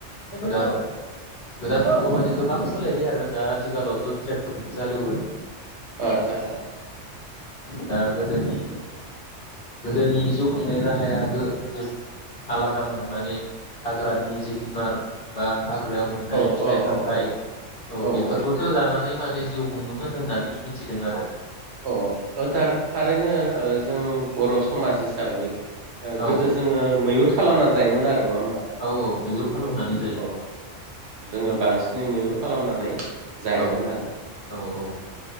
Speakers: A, on the left (about 55°); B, on the right (about 65°).
A: गोदान गोदानाव माने गोबां सोलायबाय आरो दा आथिखालावथ' ट्रेक्टरजों हिलेवो
B: आदसा आ
A: दा गोदोनि गोदोनि जिउ खांनाय राहाया गोगो आलादामोन। माने हाग्रानि जिब जुनार बा हाग्रायाव मोननाय
B: औ
A: फिथाइ
B: औ
A: सामथाइ
B: औ औ
A: बेफोरखौसो
B: औ
A: जानानै माने जिउ खुङोमोन होननानै मिथिदों आरो
B: अ अ थार थारैनो जों बर समाज हिसाबै ओ गोदो
A: औ
B: जोंङो मैुहुर खालामना जायोमोन आरो नङा होमबा
A: औ औ मैहुर खालामनानै
B: औ
A: जायोमोन
B: औ जोंङो बांसिनै मैुर खालामनानै जायोमोन
A: औ
B: आरो
A: औ औ